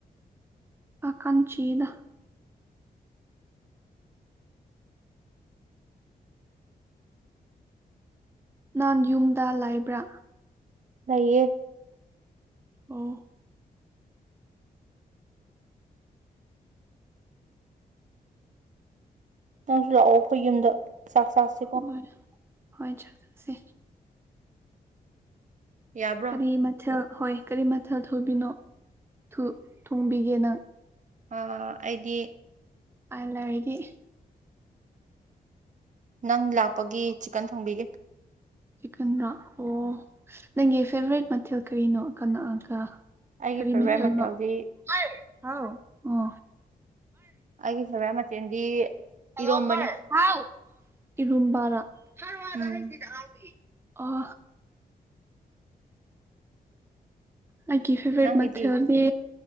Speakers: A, on the right; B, on the right.
A: ꯑ <unintelligible> ꯀꯥꯡꯆꯗ ꯅꯪ ꯌꯨꯝꯗ ꯂꯩꯕ꯭ꯔꯥ
B: ꯂꯩꯌꯦ
A: ꯑꯣ
B: ꯅꯪꯁꯨ ꯂꯥꯛꯑꯣ ꯑꯩꯈꯣꯏ ꯌꯨꯝꯗ ꯆꯥꯛ ꯆꯥꯁꯤꯀꯣ
A: ꯍꯣꯏ ꯍꯣꯏ ꯆꯠꯁꯦ
B: ꯌꯥꯕ꯭ꯔꯣ
A: ꯀꯔꯤ ꯃꯊꯦꯜ ꯍꯣꯏ ꯀꯔꯤ ꯃꯊꯜ ꯊꯨꯕꯤꯅꯣ ꯊꯣꯡꯕꯤꯒꯦ ꯅꯪ
B: ꯑꯥ ꯑꯩꯗꯤ
A: ꯑꯩ ꯂꯩꯔꯗꯤ
B: ꯅꯪ ꯂꯥꯛꯄꯒꯤ ꯆꯤꯛꯀꯟ ꯊꯣꯡꯕꯤꯒꯦ
A: ꯆꯤꯛꯀꯟꯔꯥ ꯑꯣ ꯅꯪꯒꯤ ꯐꯦꯚꯣꯔꯥꯏꯠ ꯃꯊꯦꯜ ꯀꯔꯤꯅꯣ ꯀꯅꯥꯒ
B: ꯑꯩꯒꯤ
A: ꯀꯔꯤ
B: ꯐꯦꯚꯣꯔꯥꯏꯠ
A: ꯃꯊꯦꯜꯅꯣ
B: ꯃꯊꯦꯜꯗꯤ
A: ꯍꯥꯏ ꯍꯥꯎ ꯑꯣ
B: ꯑꯩꯒꯤ ꯐꯦꯚꯣꯔꯥꯏꯠ ꯃꯊꯦꯜꯗꯤ
A: <unintelligible>
B: ꯏꯔꯣꯝꯕꯅꯦ
A: ꯏꯔꯣꯝꯕꯔꯥ ꯑꯣ
B: ꯎꯝ
A: ꯑꯩꯒꯤ ꯐꯦꯚꯣꯔꯥꯏꯠ
B: ꯅꯪꯒꯤꯗꯤ
A: ꯃꯊꯦꯜꯗꯤ